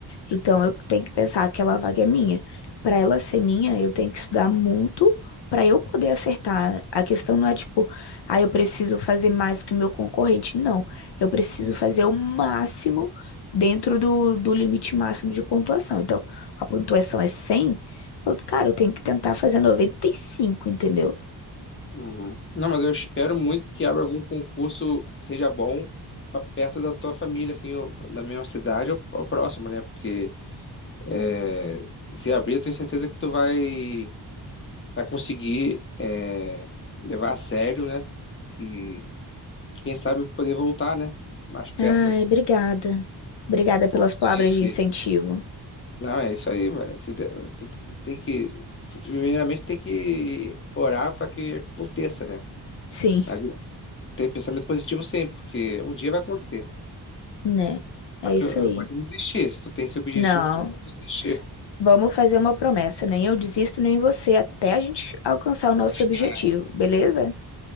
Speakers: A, on the left; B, on the left.
A: Então eu tenho que pensar que aquela vaga é minha. Para ela ser minha, eu tenho que estudar muito para eu poder acertar. A questão não é tipo, ah, eu preciso fazer mais que o meu concorrente. Não, eu preciso
B: Sim.
A: fazer o máximo dentro do, do limite máximo de pontuação. Então, a pontuação é 100, eu, cara, eu tenho que tentar fazer noventa e cinco, entendeu?
B: Uhum. Não, mas eu espero muito que abra algum concurso que seja bom pra perto da tua família, assim, ou na mesma cidade ou, ou próximo, né? Porque é, se abrir, eu tenho certeza que tu vai, vai conseguir é, levar a sério, né? E quem sabe poder voltar, né? Mais perto
A: Ai,
B: da...
A: obrigada. Obrigada pelas
B: Porque
A: palavras de incentivo.
B: Não, é isso aí, velho. Você de- você tem que, primeiramente, tem que orar para que aconteça, né?
A: Sim,
B: Não Ter pensamento positivo sempre, porque um dia vai acontecer.
A: né? É
B: Só que
A: isso
B: não
A: aí.
B: pode desistir. Se tu tem esse objetivo,
A: Não,
B: tu não pode desistir.
A: vamos fazer uma promessa. Nem eu desisto, nem você, até a gente alcançar o nosso objetivo,
B: É,
A: beleza?